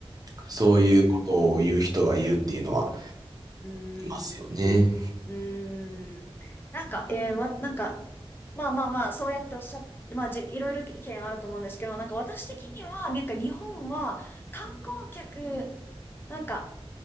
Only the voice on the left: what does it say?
うん、うん、
うん。なんか、えー、わ、なんか、まあまあまあ、そうやっておっしゃって、まあ、じ、いろいろ意見あると思うんですけど、なんか私的には、なんか日本は観光客、なんか、